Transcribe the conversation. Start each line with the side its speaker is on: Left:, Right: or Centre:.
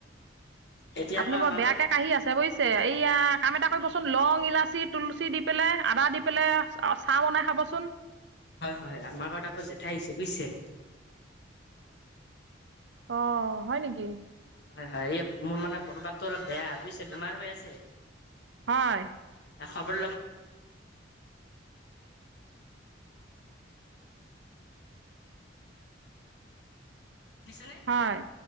Left: এতিয়া
Right: আপুনি
Left: আকৌ
Right: বৰ
Left: আমাৰ
Right: বেয়াকে
Left: ঘৰত
Right: কাঁহি আছে? আছে, বুজিছে। এইয়া, কাম এটা কৰিবচোন? লং ইলাচী, তুলসী দি পেলাই, আদা দি পেলাই অ'! চাহ বনাই খাবচোন?
Left: হয়, হয়। আমাৰ ঘৰত আকৌ, জেঠাই আহিছে, বুজিছে!
Right: অ'! হয় নেকি?
Left: হয়, হয়। এই, মোৰ মানে, গাটো অলপ বেয়া, বুজিছে! বেমাৰ হৈ আছে।
Right: হয়
Left: এ, খবৰ ল'ব শুনিছেনে?
Right: হয়